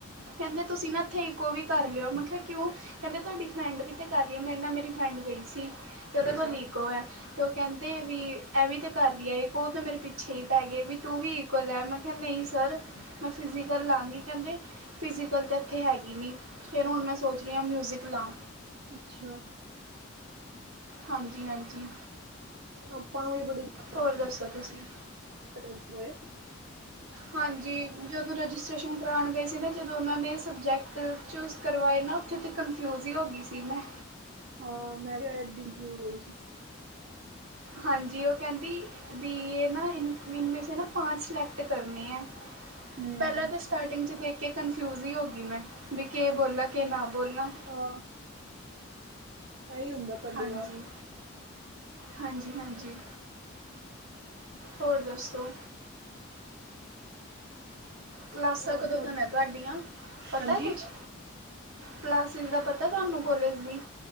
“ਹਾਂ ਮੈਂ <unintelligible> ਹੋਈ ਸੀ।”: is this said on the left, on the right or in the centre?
Right